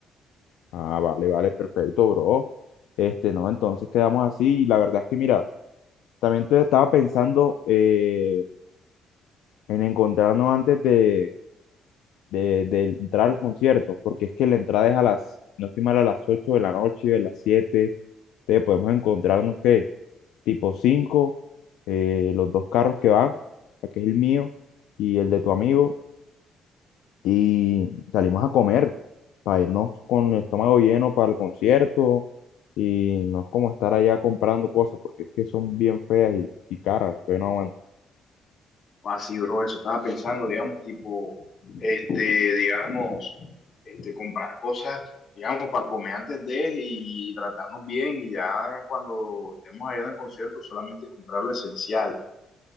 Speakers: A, on the left; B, on the left.
A: Ah, vale, vale, perfecto, bro. Este, no, entonces quedamos así, y la verdad es que, mira, también te- estaba pensando eh, en encontrarnos antes de, de, de entrar al concierto, porque es que la entrada es a las, no estoy mal, a las 8 de la noche, a las siete entonces podemos encontrarnos que tipo cinco eh, los dos carros que van, o sea, que es el mío y el de tu amigo, y salimos a comer para irnos con el estómago lleno para el concierto. Y no es como estar allá comprando cosas, porque es que son bien feas y, y caras, pero no aguanto.
B: Así, bro, eso estaba pensando, digamos, tipo, este, digamos, este, comprar cosas, digamos, para comer antes de y tratarnos bien y ya cuando estemos allá en el concierto solamente comprar lo esencial.